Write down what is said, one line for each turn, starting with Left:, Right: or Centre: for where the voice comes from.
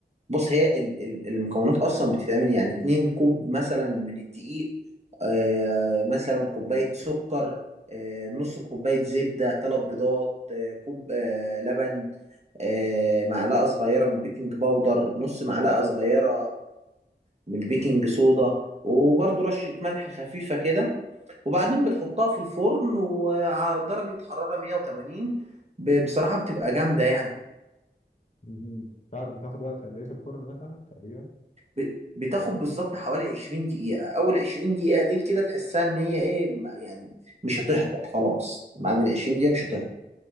Right: بص هي ال- ال- المكونات اصلا بتتعمل يعني اتنين كوب مثلا من الدقيق آه، مثلا كوبايه سكر آه، نص كوبايه زبده ثلاث بيضات آه، كوب آه، لبن آه، معلقة صغيرة من البيكنج باودر نص معلقة صغيرة من البيكنج صودا وبرضو رشة ملح خفيفة كده وبعدين بتحطها في الفرن وعلى درجة حرارة 180 ب- بصراحة بتبقى جامدة يعني
Left: مهم. تعرف بتاخد وقت قد ايه في الفرن مثلا تقريبا
Right: ب- بتاخد بالظبط حوالي 20 دقيقة أول 20 دقيقة دي كده تحسها إن هي إيه ما- يعني مش هتهبط خلاص بعد ال 20 دقيقة مش هتهبط